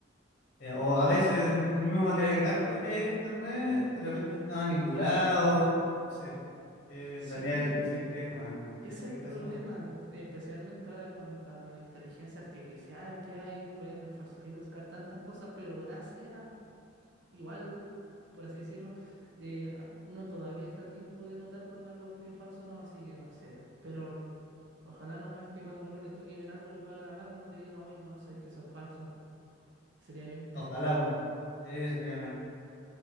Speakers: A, on the left; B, on the right.
A: Eh, o a veces el, el mismo material gráfico que hay en internet de repente está manipulado. No sé, que
B: Sí,
A: en realidad es difícil creer, weón.
B: Y ese
A: Es penca
B: es el problema,
A: esa weá.
B: especialmente ahora con la de la inteligencia artificial que hay, pueden falsificar tantas cosas, pero gracias, igual, por así decirlo, eh, hay- uno todavía está a tiempo de notar cuando algo es medio falso o no, así que no sé, pero l- ojalá nomás que cuando uno le toque ver algo y lo pueda grabar, no te digan, oye, no, eso es que eso es falso, sería bien penca.
A: Ojalá, weón. Sí, sería penca.